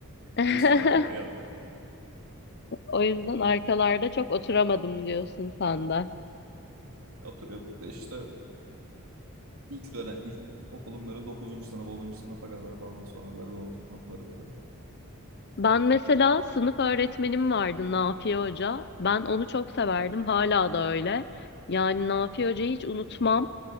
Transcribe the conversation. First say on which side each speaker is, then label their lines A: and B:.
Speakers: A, on the left; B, on the right.
A: <laughs>
B: Ne işin var arkada gel buraya.
A: O yüzden arkalarda çok oturamadım diyorsun sen de.
B: E, Oturuyorduk da işte ilk dönem ilk okulun böyle dokuzuncu sınıf 10. sınıfa kadar falan sonralardan oturtmadılar bize.
A: Ben mesela sınıf öğretmenim vardı Nafiye Hoca. Ben onu çok severdim. Hala da öyle. Yani Nafiye Hoca'yı hiç unutmam.